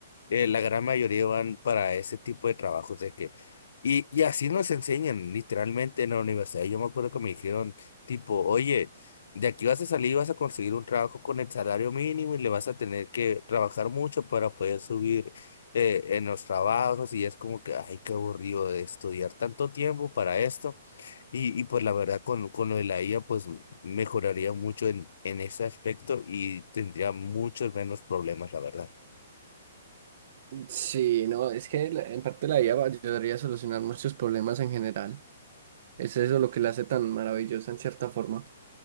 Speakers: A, on the left; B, on the right.
A: eh, la gran mayoría van para ese tipo de trabajos de que y, y así nos enseñan literalmente en la universidad. Yo me acuerdo que me dijeron tipo, oye, de aquí vas a salir vas a conseguir un trabajo con el salario mínimo y le vas a tener que trabajar mucho para poder subir eh, en los trabajos y es como que, ay, qué aburrido de estudiar tanto tiempo para esto. Y, y pues la verdad con, con lo de la IA pues mejoraría mucho en, en ese aspecto y tendría muchos menos problemas, la verdad.
B: Sí, no, es que la- en parte la IA va- ayudaría a solucionar muchos problemas en general. Es eso lo que la hace tan maravillosa en cierta forma.